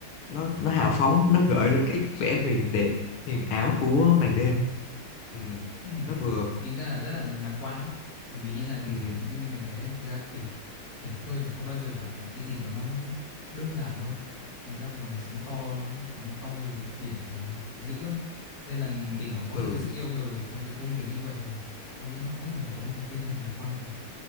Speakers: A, on the left (about 80°); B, on the left (about 45°).
A: nó nó hào phóng nó gợi lên cái vẻ huyền đẹp huyền ảo của màn đêm ừ,
B: ừ.
A: nó vừa
B: Tính ra là rất là lạc quan đấy. Bởi vì như là
A: ừ,
B: như mày thấy đấy, thực ra biển biển khơi mà có bao giờ là một cái gì đó nó nó, nó đơn giản đâu. Người ta cũng gọi là sóng to, sóng to rồi thì biển thì dữ ấy. Nên là để mà có
A: ừ,
B: được cái sự yêu đời trong cái công việc như vậy thì tao nghĩ họ rất là phải có một cái tinh thần lạc quan mẹ ạ.